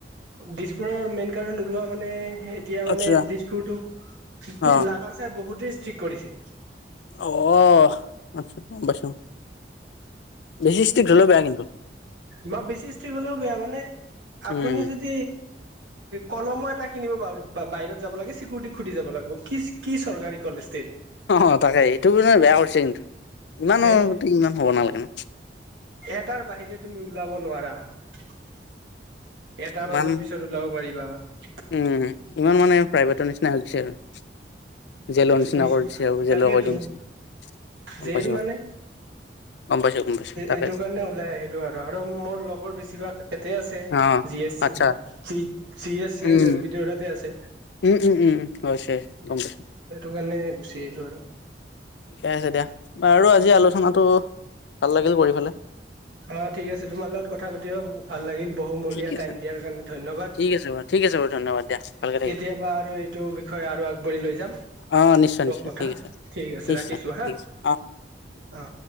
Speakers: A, on the right; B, on the left.
A: দিছপুৰ মেইন কাৰণ ওলোৱা মানে এতিয়া মানে
B: আচ্ছা
A: দিছপুৰতটো
B: অ
A: লাগাৰ চাই বহুত ঠিক কৰিছে
B: আহ আচ্ছা বছো বে ষ্টিক ল বেয়া কিন্তু
A: ম বে ব ম আ
B: উম
A: য কলমো এটা কিনিবাৰ বাহিৰত যাব লাগে খুধি যাব লাগিব কি কি চৰকাৰী কলেজ
B: অ তাকে এইটো ম বেয়া কৰিছে কিন্তু ইমানো
A: তে
B: ইমান হ'ব নালাগে ন
A: এটাৰ বাহিৰে তুমি ওলাব নোৱাৰা হয় এটা
B: ইমান
A: বজাৰ পিছত ওলাব পাৰিবা হয়
B: উম ইমান মানে প্ৰাইভেটৰ নিচিনা হৈ হৈছে আৰু জেলৰ নিচিনা
A: পইচা
B: কৰি দিছে আৰু জেলৰ
A: তাকেতো
B: কৰি দিয়া নিচিনা গম
A: জেইল
B: পাইছো
A: মানে
B: গম পাইছো গম পাইছো তাকে
A: এইটো কাৰণে ওলাই আহিলো আৰু আৰু মোৰ লগৰ বেছিভাগ ইতে আছে
B: অ
A: জি এছি
B: আচ্ছা
A: G S C S
B: উম
A: S বি দৌৰাতে আছে
B: উম উম উম অশয় গম পছো
A: স কাৰণে গুচি আহিলো আৰু
B: ঠিকে আছে দিয়া আৰু আজি আলোচনাটো ভাল লাগিল কৰি ফালে
A: অ ঠিক আছে তোমাৰ লগত কথা পাতিব ভাল লাগিল বহুমূলীয়া
B: ঠিক আছে
A: টাইম দিয়াৰ কাৰণে ধন্যবাদ
B: ঠিক আছে বাৰু ঠিক আছে বাৰু ধন্যবাদ দিয়া ভালকে থাকিবা
A: কেতিয়াবা আৰু এইটো বিষয়ে আৰু আগবাঢ়ি লৈ যাম
B: অ নিশ্চয়
A: ক
B: নিশ্চয়
A: কথা
B: ঠিক আছে
A: ঠিক আছে
B: নিশ্চয়
A: ৰাখিছো হা
B: ঠিক আছে অ
A: অ